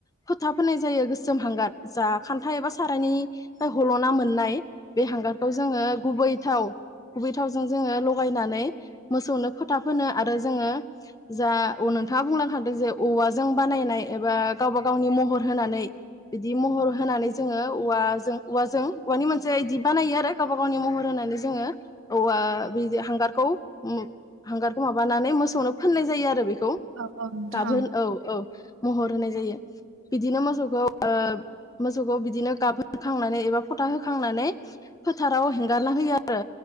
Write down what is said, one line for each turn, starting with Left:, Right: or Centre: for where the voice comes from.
Left: फोथा फोनाय जायो गोसोम हांगार जा खान्था एबा सारायनिफाय हल ना मोननाय। बे हांगारखौ जोङो गुबै थाव गुबै थावजों जोङो लगायनानै मोसौनो फोथा फोनो आरो जोङो जा नोंथाङा बुंलांखादों जे औवाजों बानायनाय एबा गावबा गावनि महर होनानै बिदि महर होनानै जोङो औवाजों औवाजों औवानि मोनसे इदि बानायो आरो गावबा गावनि महर होनानै जोङो औवा बि हांगारखौ ओम हांगारखौ माबानानै मोसौनो फोननाय जायो आरो बेखौ
Right: औ औ
Left: गाबहोन
Right: थां।
Left: औ औ महर होनाय। जायो बिदिनो मोसौखौ ओ मोसौखौ बिदिनो गाबहखांनानै एबा फथा होखांनानै फोथाराव हेंगारना होयो आरो।